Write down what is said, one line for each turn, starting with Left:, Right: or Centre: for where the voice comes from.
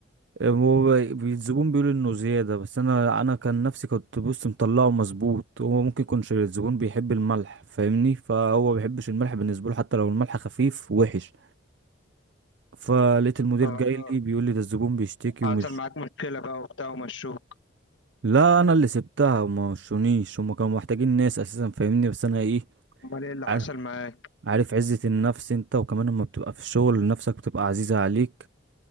Right: آه، هو الزبون بيقول انه زياده بس انا انا كان نفسي كنت بص مطلعه مظبوط هو ممكن يكونش الزبون بيحب الملح فاهمني فهو بيحبش الملح بالنسبه له حتى لو الملح خفيف وحش فلقيت المدير
Left: اه
Right: جاي لي بيقول لي ده الزبون بيشتكي
Left: حصل
Right: ومش
Left: معاك مشكله بقى وبتاع ومشوك
Right: لا انا اللي سبتها وما وشونيش هما كانوا محتاجين ناس اساسا فاهمني بس انا ايه
Left: امال ايه اللي حصل
Right: عارف
Left: معاك
Right: عارف عزة النفس انت وكمان لما بتبقى في الشغل نفسك بتبقى عزيزة عليك